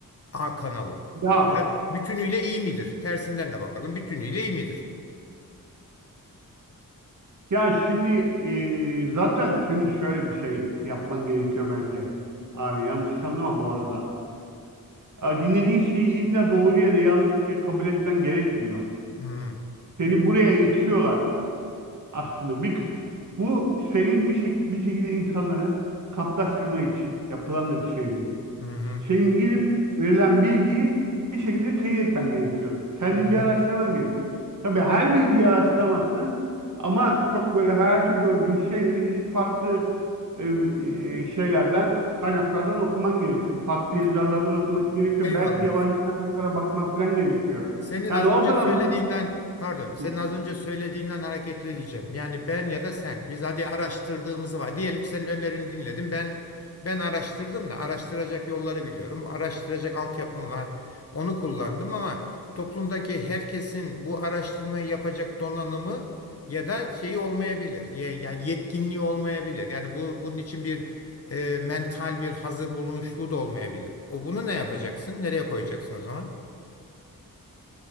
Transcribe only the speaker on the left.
A kanalı.
Ya da bütünüyle iyi midir? Tersinden de bakalım. Bütünüyle iyi midir?
Hı
hı hı.
hı.
Şimdi,
eyvallah.
Senin
az
önce
söylediğinden
pardon, senin
az önce söylediğinden hareketle diyeceğim. Yani ben ya da sen biz hadi araştırdığımızı var. Diyelim ki senin önerini dinledim. Ben ben araştırdım da araştıracak yolları biliyorum. Araştıracak altyapım var. Onu kullandım ama toplumdaki herkesin bu araştırmayı yapacak donanımı ya da şeyi olmayabilir. Ye- Yani yetkinliği olmayabilir. Yani bu bunun için bir e, mental bir hazır bulunuşluğu da olmayabilir. O bunu ne yapacaksın? Nereye koyacaksın o zaman?